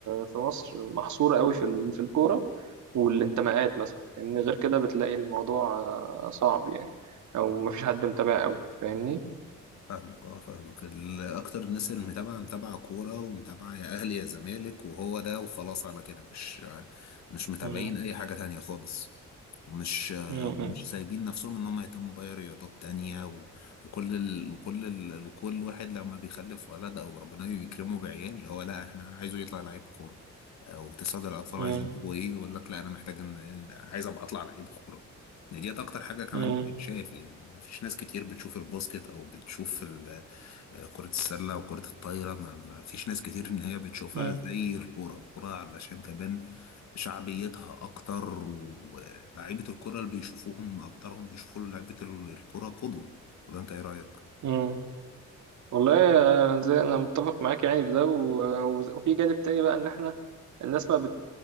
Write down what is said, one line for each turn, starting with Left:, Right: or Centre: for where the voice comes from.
Right: في مصر محصورة قوي في ال- في الكورة والانتماءات مثلا فاهمني غير كده بتلاقي الموضوع آه، صعب يعني أو مفيش حد متابع قوي فاهمني
Left: فاهمك اه فاهمك ال- اكتر الناس اللي متابعه متابعه كوره ومتابعه يا اهلي يا زمالك وهو ده وخلاص على كده مش مش متابعين
Right: مم.
Left: اي حاجه تانية خالص ومش آه،
Right: مم.
Left: ومش سايبين نفسهم ان هم يهتموا باي رياضات تانية و... وكل ال... وكل ال... وكل واحد لما بيخلف ولد او ربنا بيكرمه بعيال اللي هو لا احنا عايزه يطلع لعيب كورة او تساعد الاطفال
Right: مم.
Left: عايزين تبقوا ايه يقول لك لا انا محتاج ان إن- عايز ابقى اطلع لعيب كورة إن ديت اكتر حاجة كمان
Right: مم.
Left: بتتشاف يعني مفيش ناس كتير بتشوف الباسكت او بتشوف ال... كرة السلة وكرة الطايرة ما ما فيش ناس كتير إن هي بتشوفها
Right: مم.
Left: زي الكورة الكورة علشان كمان شعبيتها أكتر ولاعيبة الكرة اللي بيشوفوهم أكترهم بيشوفوا لعيبة الكرة قدوة ولا أنت إيه رأيك؟
Right: مم. والله آه، زي انا متفق معاك يعني في ده و- و- وفي جانب تاني بقى ان احنا الناس ما بت